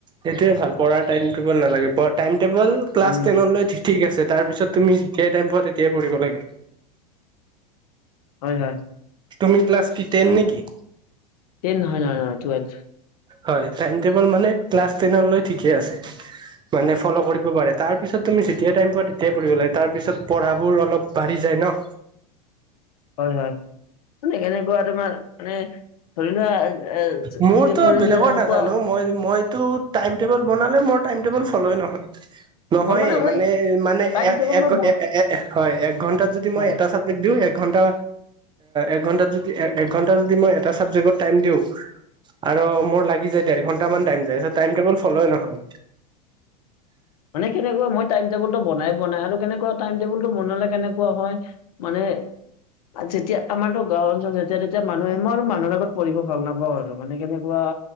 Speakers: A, on the right (about 20°); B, on the left (about 65°).
A: সেইটোয়ে ভাল পঢ়াৰ টাইম টেবুল নালাগে টাইম টেবুল ক্লাছ
B: উম
A: টেনলৈ ঠিক আছে তাৰ পিছত তুমি যেতিয়াই টাইম পোৱা তেতিয়াই পঢ়িব লাগে
B: হয় হয়
A: তুমি ক্লাছ কি টেন নেকি
B: টেন নহয় নহয় টুৱেল্ভ
A: হয় টাইম টেবুল মানে ক্লাছ টেন লৈ ঠিকে আছে মানে ফ'ল কৰিব পাৰে তাৰ পিছত তুমি যেতিয়াই টাইম পোৱা তেতিয়াই পঢ়িব লাগে তাৰ পিছত পঢ়াবোৰ অলপ বাঢ়ি যায় ন
B: হয় হয় মানে এনেকুৱা তোমাৰ মানে ধৰি লোৱা এ
A: মোৰতো
B: টুৱেলভৰ
A: বেলেগৰ
B: এনেকুৱা
A: নাজানো মই মইতো টাইম টেবুল বনালে মোৰ টাইম টেবুল ফলই নহয় নহয়েই
B: মোৰ মই
A: মানে মানে
B: টাইম
A: হয়
B: টেবুল মই বন
A: এ এ এ এঘন্টাত যদি
B: হয়
A: মই এটা চাব জেক দিও এঘন্টা এঘন্টাত এঘন্টা যদি মই এটা ছাবজেক্টৰ টাইম দিওঁ আৰু মোৰ লাগি যাই দেৰ ঘন্টা মান টাইম যাই ছ টাইম টেবুল ফলই নহয়
B: মানে কেনেকুৱা মই টাইম টেবুল টো বনাই পোৱা নাই আৰু কেনেকুৱা টাইম টেবুলতো বনালে কেনেকুৱা হয় মানে যেতিয়া আমাৰতো গাওঁ অঞ্চলত যেতিয়া তেতিয়া মানুহ আহে মই আৰু মানুহৰ আগত পঢ়িব ভাল নাপাওঁ আৰু মানে কেনেকুৱা